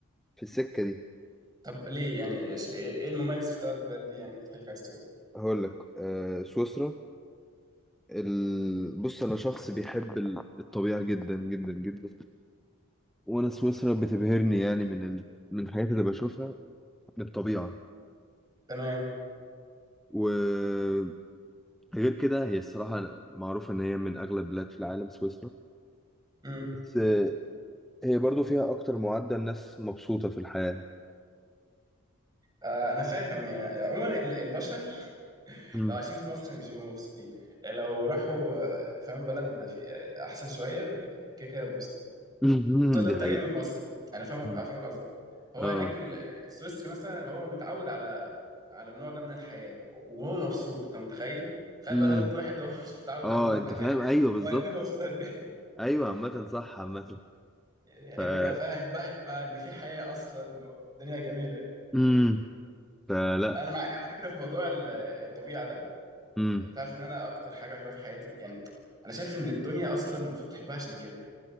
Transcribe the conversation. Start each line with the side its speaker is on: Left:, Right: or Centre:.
Centre: في السكه دي
Right: طب ليه يعني ايش ايه إيه المميز في الثلاث بلاد دي يعني تخليك عايز تروح
Centre: هقول لك آه سويسرا ال... بص انا شخص بيحب ال- الطبيعه جدا جدا جدا وانا سويسرا بتبهرني يعني من ال... من الحاجات اللي بشوفها من الطبيعه
Right: تمام
Centre: وغير كده هي الصراحه معروفه ان هي من اغلى البلاد في العالم سويسرا
Right: امم
Centre: بس هي برضو فيها اكتر معدل ناس مبسوطه في الحياه
Right: آه انا فاهم يعني عموما ال- البشر <laughs>
Centre: مم.
Right: لو عايشين في مصر مش بيبقوا مبسوطين لو راحوا آه، فاهم بلد في آه، احسن شويه بي- كده كده يتبسطوا يعني
Centre: <laughs>
Right: خصوصا لو
Centre: دي
Right: انت
Centre: حقيقه
Right: جاي من مصر يعني. انا فاهمك
Centre: مم.
Right: افهمك قصدي هو
Centre: اه
Right: هناك ال- السويسري مثلا هو متعود على على النوع ده من الحياه وهو مبسوط انت متخيل تخيل
Centre: مم.
Right: بقى لو جبت واحد هو <laughs> مش متعود على
Centre: اه
Right: النوع ده
Centre: انت
Right: من الحياه
Centre: فاهم ايوه بالظبط
Right: هو هيكون مبسوط قد ايه
Centre: ايوه عامه صح عامه
Right: يعني
Centre: ف
Right: هيبقى فاهم بقى هيبقى ان في حياه اصلا الدنيا جميله
Centre: امم فلا
Right: انا معاك على فكره في موضوع ال- الطبيعه ده
Centre: امم
Right: انت عارف ان انا اكتر حاجه بحبها في حياتي يعني انا شايف ان الدنيا اصلا المفروض تحبها عشان كده